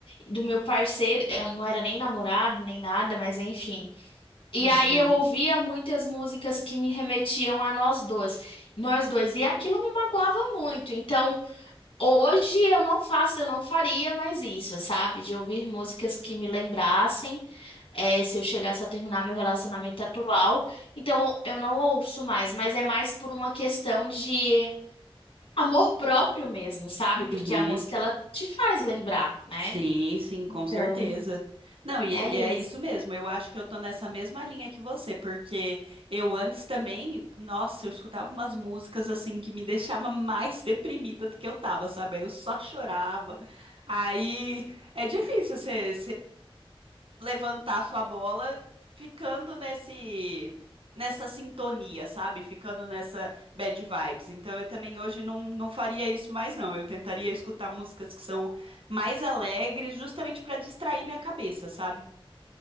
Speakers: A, on the left (about 75°); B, on the right (about 65°).
A: do meu parceiro. Eu não era nem namorado, nem nada, mas enfim. E
B: Uhum,
A: aí eu ouvia muitas músicas que me remetiam a nós dois. Nós dois. E aquilo me magoava muito. Então, hoje eu não faço, eu não faria mais isso, sabe? De ouvir músicas que me lembrassem é, se eu chegasse a terminar meu relacionamento atual. Então eu não ouço mais, mas é mais por uma questão de amor próprio mesmo, sabe? Porque
B: uhum.
A: a música ela te faz lembrar, né?
B: Sim, sim, com
A: Então
B: certeza. Não, e,
A: é isso.
B: e é isso mesmo. Eu acho que eu tô nessa mesma linha que você, porque eu antes também, nossa, eu escutava umas músicas assim que me deixava mais <laughs> deprimida do que eu tava, sabe? Aí eu só chorava. Aí é difícil você levantar sua bola ficando nesse nessa sintonia, sabe? Ficando nessa bad vibes. Então eu também hoje não, não faria isso mais, não. Eu tentaria escutar músicas que são mais alegres, justamente para distrair minha cabeça, sabe?